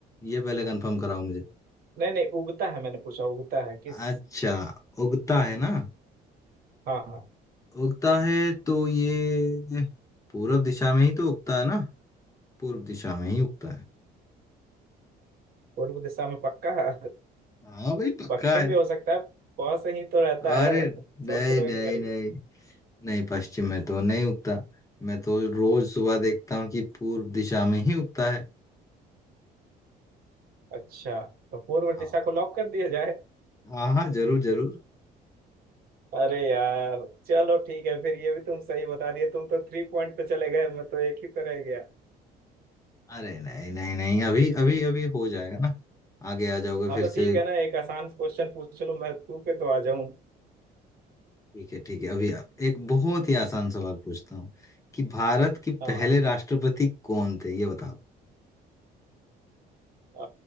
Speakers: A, on the left (about 20°); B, on the right (about 60°).
A: ये पहले कंफर्म कराओ मुझे
B: नहीं नहीं उगता है मैंने पूछा उगता है किस
A: अच्छा उगता है ना
B: हाँ हाँ
A: उगता है तो ये पूरब दिशा में ही तो उगता है ना पूर्व दिशा में ही उगता है
B: पूर्व दिशा में पक्का है
A: हाँ भाई पक्का
B: पश्चिम
A: है
B: भी हो सकता है प से ही तो रहता
A: अरे
B: है
A: नहीं
B: सोच लो
A: नहीं
B: एक बारी
A: नहीं नहीं पश्चिम में तो नहीं उगता मैं तो रोज सुबह देखता हूँ कि पूर्व दिशा में ही उगता है
B: अच्छा तो पूर्व
A: हाँ
B: दिशा को लॉक कर दिया जाए
A: हाँ हाँ जरूर जरूर
B: अरे यार चलो ठीक है फिर ये भी तुम सही बता दिए तुम तो थ्री पॉइंट पे चले गए मैं तो एक ही पे रह गया
A: अरे नहीं नहीं नहीं अभी अभी अभी हो जाएगा ना आगे आ जाओगे
B: हाँ
A: फिर
B: तो
A: से
B: ठीक है ना एक आसान क्वेश्चन पूछ लो मैं तू पे तो आ जाऊं
A: ठीक है ठीक है अभी आप- एक बहुत ही आसान सवाल पूछता हूँ कि भारत के
B: हाँ
A: पहले राष्ट्रपति कौन थे ये बताओ
B: अ,